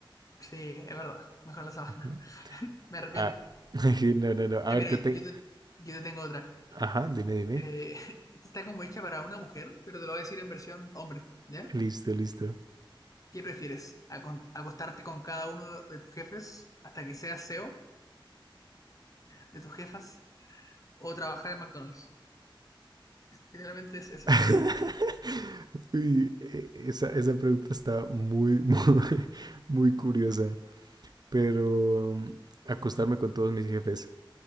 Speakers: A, on the left; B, on the right.
A: Sí, es verdad. Mejor la sabana.
B: Ujú.
A: <laughs> Me arrepiento.
B: Ah, <laughs> no, no, no. A
A: Ya,
B: ver,
A: mira,
B: te tengo.
A: yo te, yo te tengo otra.
B: Ajá, dime, dime.
A: Eh, <laughs> esta está como hecha para una mujer, pero te lo voy a decir en versión hombre, ¿ya?
B: Listo, listo.
A: ¿Qué prefieres? ¿Acon- ¿Acostarte con cada uno de tus jefes hasta que seas CEO de tus jefas o trabajar en McDonald's? Literalmente es eso.
B: <laughs> Uy, e- esa, esa pregunta está muy, muy, <laughs> muy curiosa. Pero um, acostarme con todos mis jefes.